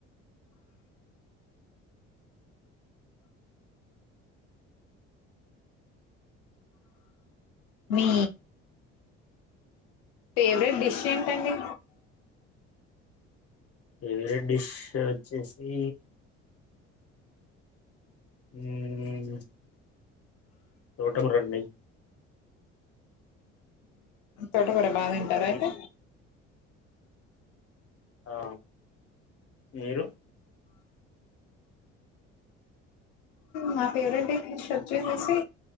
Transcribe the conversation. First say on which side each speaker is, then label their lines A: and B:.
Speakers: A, on the left (about 70°); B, on the left (about 45°).
A: మీ ఫేవరెట్ డిష్ ఏంటండి
B: ఫేవరెట్ డిష్ వచ్చేసి ఉమ్. తోటకూరండి.
A: తోట కూర బాగా తింటార
B: మీకు
A: అయితే
B: ఆ మీరు
A: మా ఫేవరెట్ డిష్ ఓచ్చేసి.